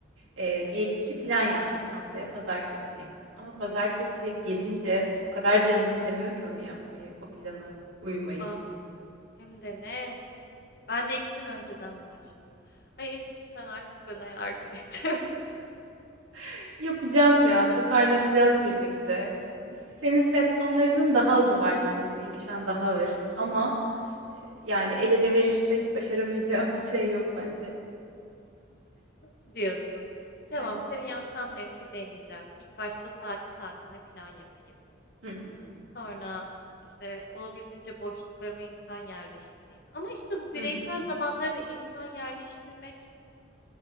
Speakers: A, on the right; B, on the left.
A: eee, diyelim ki plan yaptın haftaya pazartesiye ama pazartesiye gelince o kadar canın istemiyor ki onu yapmayı, o planı uymayı.
B: Ah hem de ne? Ben de iki gün önceden başlıyor. Ay Elif lütfen artık bana yardım et
A: <laughs> Yapacağız ya, toparlanacağız birlikte. Senin septomlarının daha azı var bende, seninki şu an daha ağır ama, eee, yani el ele verirsek başaramayacağımız <laughs> şey yok bence.
B: <laughs> diyorsun. Tamam
A: Evet.
B: senin yöntemlerini bir deneyeceğim. İlk başta saati saatinde plan yapayım.
A: Hı hı.
B: Sonra işte olabildiğince boşluklarıma insan yerleştireyim. Ama işte bu
A: Hı
B: bireysel
A: hı.
B: zamanları da insan yerleştirmek